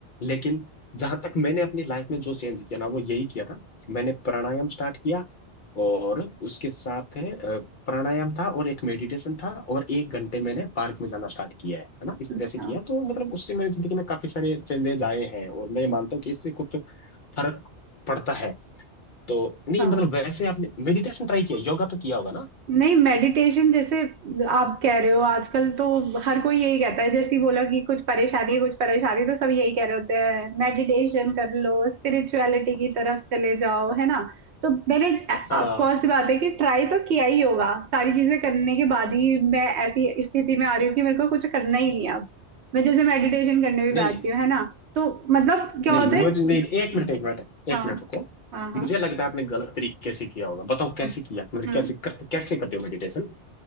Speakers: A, on the left (about 55°); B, on the right (about 75°).
A: लेकिन जहां तक मैंने अपनी लाइफ में जो चेंज किया ना वो यही किया था मैंने प्राणायाम स्टार्ट किया और उसके साथ है अ, प्राणायाम था और एक मेडिटेशन था और एक घंटे मैंने पार्क में जाना स्टार्ट किया है है ना इस
B: अच्छा
A: तरह से किया तो मतलब उससे मेरी जिंदगी में काफी सारे चेंजेस आए हैं और मैं ये मानता हूँ कि इससे कुछ फर्क पड़ता है तो नहीं
B: हाँ
A: मतलब वैसे आपने मेडिटेशन ट्राई किया योगा तो किया होगा ना
B: नहीं मेडिटेशन जैसे आप कह रहे हो आजकल तो हर कोई यही कहता है जैसे ही बोला कि कुछ परेशानी है कुछ परेशानी तो सब यही कह रहे होते हैं मेडिटेशन कर लो स्पिरिचुअलिटी की तरफ चले जाओ है ना तो मैंने
A: हाँ
B: ऑफ कोर्स बात है कि ट्राई तो किया ही होगा सारी चीजें करने के बाद ही मैं ऐसी स्थिति में आ रही हूँ कि मेरे को कुछ करना ही नहीं है अब मैं जैसे मेडिटेशन करने भी
A: नहीं
B: बैठती हूँ है ना तो मतलब क्या
A: नहीं
B: होता
A: मुझे
B: है
A: नहीं एक मिनट एक मिनट
B: हाँ
A: एक मिनट रुको
B: हाँ हाँ
A: मुझे लगता है आपने गलत तरीके से किया होगा बताओ कैसे
B: अच्छा
A: किया मतलब
B: हम्म
A: कैसे करते कैसे करते हो मेडिटेशन